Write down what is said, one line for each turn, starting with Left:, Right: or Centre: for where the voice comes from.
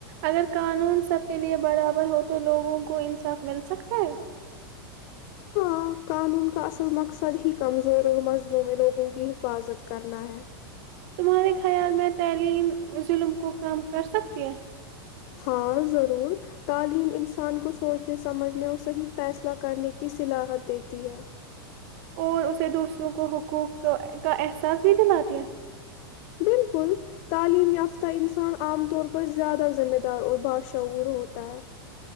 Right: اگر قانون سب کے لیے برابر ہو تو لوگوں کو کو انصاف مل سکتا ہے
Left: ہاں قانون کا اصل مقصد ہی کمزور اور مزلوں میں لوگوں کی حفاظت کرنا ہے
Right: تمہارے خیال میں تعلیم ظلم کو کم کر سکتی ہیں
Left: ہاں ضرور تعلیم انسان کو سوچنے سمجھنے اور صحیح فیصلہ کرنے کی صلاحت دیتی ہے
Right: اور اسے دوسروں کو حقوق کا احساس بھی دلاتے ہیں
Left: بالکل تعلیم یافتہ انسان عام طور پر زیادہ ذمہ دار اور بادشعور ہوتا ہے